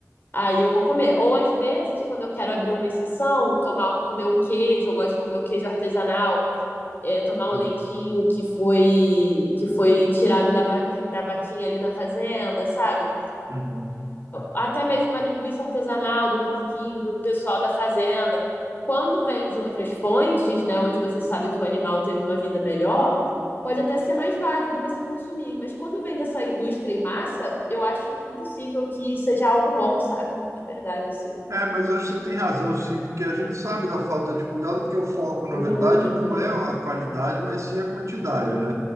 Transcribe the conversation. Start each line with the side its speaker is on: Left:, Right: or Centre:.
Left: Aí eu vou comer. Ou às vezes, quando eu quero abrir uma exceção, tomar, comer um queijo, eu gosto de comer o queijo artesanal, é, tomar o
Right: Sim.
Left: leitinho que foi que foi tirado da vaca, da vaquinha ali na fazenda, sabe?
Right: Uhum.
Left: até mesmo uma linguiça artesanal do porquinho, do pessoal da fazenda. Quando vem de outras fontes, né, onde você sabe que o animal teve uma vida melhor, pode até ser mais válido você consumir. Mas quando vem dessa indústria em massa, eu acho impossível que seja algo bom, sabe? De verdade, assim.
Right: É, mas eu acho que você tem razão, sim, porque a gente sabe da falta de cuidado, porque o foco, na
Left: Uhum.
Right: verdade, não é a qualidade, mas sim a quantidade, né?